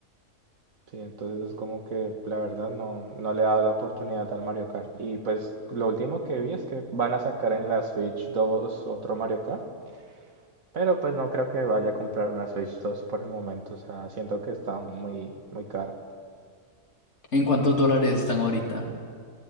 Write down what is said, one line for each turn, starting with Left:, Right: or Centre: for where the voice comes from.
Right: Sí, entonces es como que la verdad no, no le ha dado la oportunidad al Mario Kart. Y pues lo último que vi es que van a sacar en la Switch dos otro Mario Kart, pero pues no creo que vaya a comprar una Switch dos por el momento, o sea, siento que está muy, muy cara.
Left: ¿En cuántos dólares están ahorita?